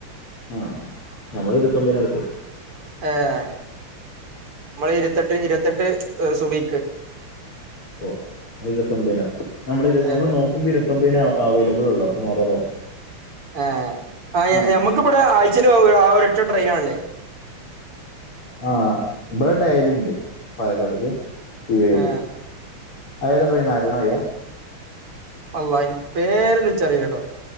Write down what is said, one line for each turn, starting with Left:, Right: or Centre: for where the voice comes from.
Left: ആഹ് ഞമ്മള് ഇരുപത്തൊമ്പനടുത്തു
Right: ഏഹ് മ്മള് ഇരുവത്തെട്ട് ഇരുവത്തെട്ട് സുബീക്ക്
Left: ഒ അത് ഇരുപത്തൊമ്പതിനാ നമ്മള്
Right: ഏ
Left: നമ്മള് നോക്കുമ്പോ ഇരുത്തൊമ്പതിനാ അവൈലബിൾ ഉള്ളു അപ്പൊ <unintelligible>
Right: ഏഹ് ആഹ്
Left: ഉം
Right: ഞമ്മക്കിബടെ ആഴ്ച ല് ആ ഒരറ്റ ട്രെയിനാള്ളെ
Left: ആഹ് ഇവിടെ ഡയലിണ്ട് പാലക്കാട്ക്ക് വിവേക്
Right: ഏ
Left: അതേതാ ട്രയിനരുണയ
Right: അല്ലാഹ് ഈ പേരന്നുൻച്ചറില്ലടോ